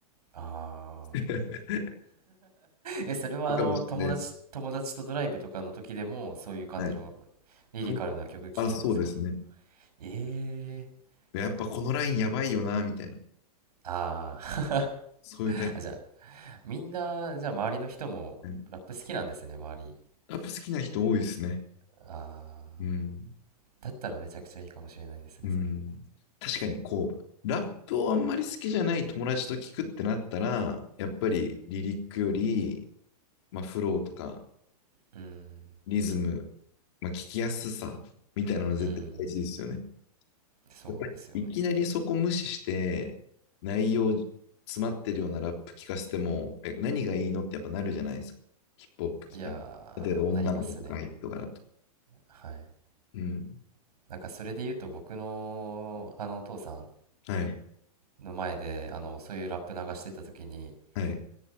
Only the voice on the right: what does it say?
ああ。
え、それはあの、
友達、友達とドライブとかの時でも、そういう感じの
リリカルな曲聴くんですか
ええ
ああー
<laughs>。あ、<laughs> じゃあ、みんな、じゃあ周りの人もラップ好きなんですね、
周り。
ああ。
だったらめちゃくちゃいいかもしれないですね、
それ。
うん。
うん。そうですよね。
いやー、
なりますね。はい。
なんかそれで言うと僕のあのお父さん
の前であのそういうラップ流してた時に